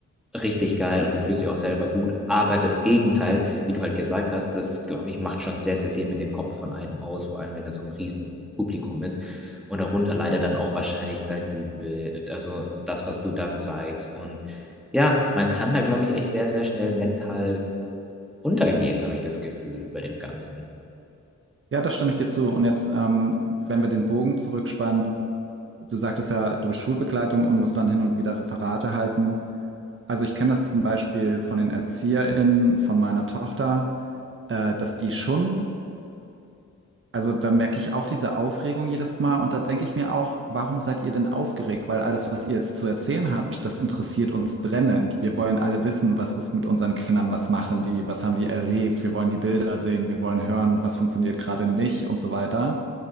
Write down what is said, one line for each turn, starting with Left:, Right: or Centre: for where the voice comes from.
Centre: richtig geil und du fühlst dich auch selber gut. Aber das Gegenteil, wie du halt gesagt hast, das glaube ich, macht schon sehr, sehr viel mit dem Kopf von einem aus, vor allem wenn da so ein riesen Publikum ist. Und darunter leider dann auch wahrscheinlich dein Bühnenbild, also das, was du dann zeigst. Und ja, man kann da, glaube ich, echt sehr, sehr schnell mental untergehen, habe ich das Gefühl bei dem Ganzen.
Right: Ja, da stimme ich dir zu. Und jetzt, ähm, wenn wir den Bogen zurückspannen, du sagtest ja, du bist Schulbegleitung und musst dann hin und wieder Referate halten. Also ich kenne das zum Beispiel von den ErzieherInnen von meiner Tochter, äh, dass die schon, also da merke ich auch diese Aufregung jedes Mal und da denke ich mir auch, warum seid ihr denn aufgeregt? Weil alles, was ihr jetzt zu erzählen habt, das interessiert uns brennend. Wir wollen alle wissen, was ist mit unseren Kindern, was machen die, was haben die erlebt, wir wollen die Bilder sehen, wir wollen hören, was funktioniert gerade nicht und so weiter.